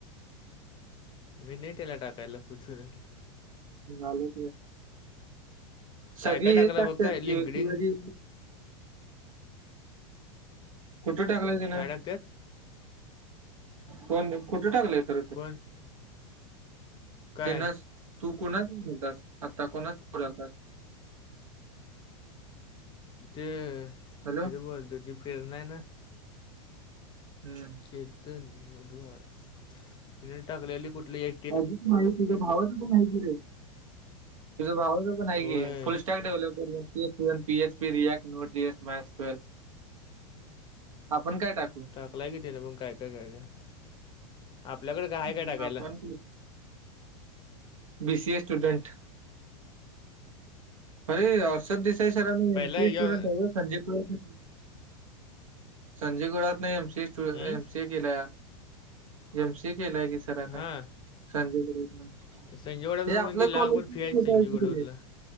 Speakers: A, on the left (about 25°); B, on the right (about 70°).
A: मी नेट त्याला टाकायला पुचून
B: आलो सगळी
A: काय काय टाकला
B: हेच टाकतात
A: बघ काय लिंकडिंग
B: शिवाजी कुठं टाकलंय त्यानं
A: काय टाकतात
B: कोण कुठे टाकलंय खर त
A: कोण
B: ना
A: काय
B: तेनच तू कोणाच बलतस आत्ता कोणाच बडलतस
A: ते
B: हॅलो
A: तिथे बोलतो ती प्रेरणा आहे ना
B: हम्म
A: चेतन मधवार तिने टाकलेली कुठली ए
B: अजीच माहिती तुझ्या भावाची पण हा की रं तुझं भाचं पण आहे
A: होय
B: की फुल स्टॅक ठेवल पीएच पी रिक्ट नट ज एस मायक्वेल आपण काय टाकू
A: टाकलाय किती ना मग काय काय काय काय आपल्याकडे काय
B: हम्म,
A: काय टाकायला
B: आपण बीसीए स्टुडंट हर अर्षोद देसाई सर एम
A: पहिला
B: सी
A: या
B: ए स्टुडंट आहे होय संजय गुड संजय गुळात नाही एमसीए
A: हं?
B: एमसी ए केला एम सी केलाय की सरांना
A: हां
B: संजय गप
A: संजय गडावर
B: ते आपल्या
A: मग लाखभर
B: कॉलेज
A: फी आहे
B: कठ
A: संजय गडावरला